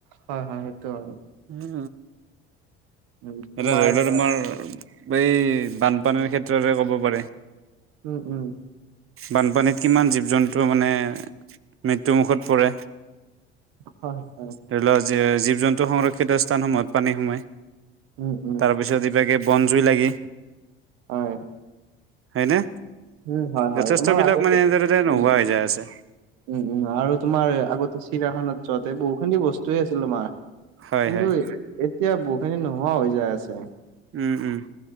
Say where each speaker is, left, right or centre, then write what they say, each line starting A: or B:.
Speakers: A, on the right; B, on the right.
A: হয়, হয় সেইটো হয়।
B: <unintelligible>
A: উম, তোমাৰ
B: এনে ধৰি লোৱা
A: ধৰা
B: তোমাৰ এই বানপানীৰ ক্ষেত্ৰতে ক'ব পাৰে।
A: উম, উম।
B: বানপানীত কিমান জীৱ-জন্তু মানে মৃত্যুমুখত পৰে।
A: হয়, হয়।
B: ধৰি লওক জী জীৱ-জন্তু সংৰক্ষিত স্থানসমূহত পানী সোমায়।
A: উম, উম,
B: তাৰপিছত কিবাকে বন জুই লাগি,
A: হয়,
B: হয়নে?
A: উম হয়, হয়।
B: যথেষ্ট
A: তোমাৰ
B: বিলাক
A: আগতে,
B: মানে এনেদৰে নোহোৱা
A: উম।
B: হৈ যায় আছে
A: উম উম আৰু তোমাৰ আগতে চিৰিয়াখানাত যোৱাতে বহুখিনি বস্তুয়ে আছিল তোমাৰ।
B: হয়
A: কিন্তু
B: হয়
A: এ এতিয়া বহুখিনি নোহোৱা হৈ যায় আছে।
B: উম, উম।